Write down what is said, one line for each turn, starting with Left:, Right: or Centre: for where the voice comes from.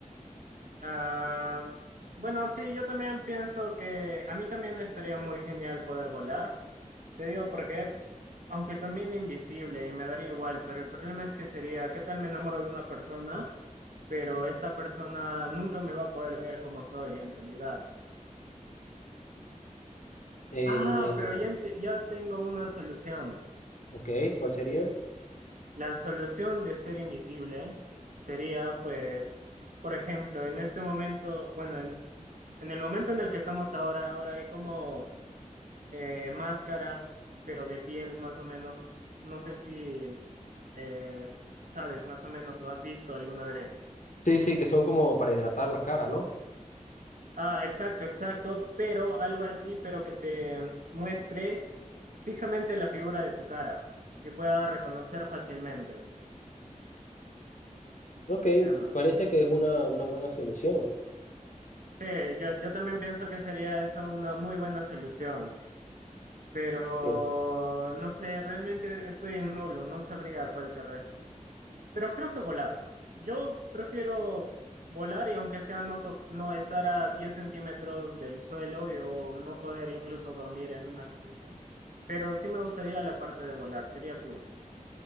Right: Ah, bueno, sí, yo también pienso que a mí también estaría muy genial poder volar. Te digo porque, aunque también invisible y me daría igual, pero el problema es que sería, ¿qué tal me enamoro de una persona? Pero esta persona nunca me va a poder ver como soy en realidad.
Left: En-
Right: Ah,
Left: en-
Right: pero ya, enti- ya tengo una solución.
Left: ok, ¿cuál sería?
Right: La solución de ser invisible sería, pues, por ejemplo, en este momento, bueno, en, en el momento en el que estamos ahora, ahora hay como eh, máscaras, pero de piel más o menos. No sé si eh, sabes más o menos o has visto alguna vez.
Left: Sí, sí, que son como para hidratar la cara, ¿no?
Right: Ah, exacto, exacto, pero algo así, pero que te muestre fijamente la figura de tu cara y pueda reconocer fácilmente,
Left: Ok,
Right: ¿sí o no?
Left: parece que es una, una buena solución.
Right: Sí, yo, yo también pienso que sería eso una muy buena solución, pero
Left: Sí,
Right: no sé, realmente estoy en nulo, no sabría cuál querré, pero creo que volar. Yo prefiero volar y aunque sea no, to- no estar a 10 centímetros del suelo y- o no poder incluso dormir en una camita, pero sí me gustaría la parte de volar, sería cool.